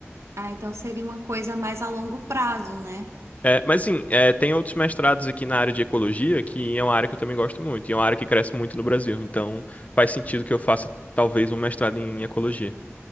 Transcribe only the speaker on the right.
Ah, então seria uma coisa mais a longo prazo, né?